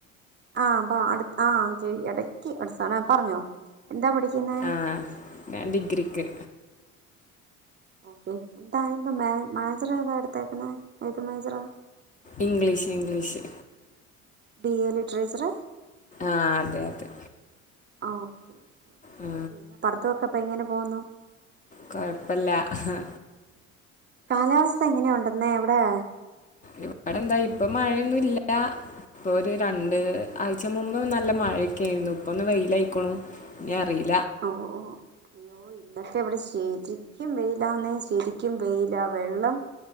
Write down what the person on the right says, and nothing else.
ആ അപ്പ അടു ആഹ് ഇടക്ക് <unintelligible> പറഞ്ഞോ. എന്താ പഠിക്കുന്നേ
<unintelligible> മേജറ ഏതാ എടുത്തേക്കണെ ഏത് മേജറാ.
BA literature.
ആ ഓക്കെ പിന്നെ
പഠിത്തയൊക്കെ ഇപ്പൊ എങ്ങനെ പോന്നു.
കാലാവസ്ഥ എങ്ങനെയുണ്ടെന്നെ അവിടെ.
ഓ ഓ അയ്യോ ഇനി അതൊക്കെ ഇവിടെ ശരിക്കും വെയില്. ഇതാണ് ശരിക്കും വെയില് വെള്ളം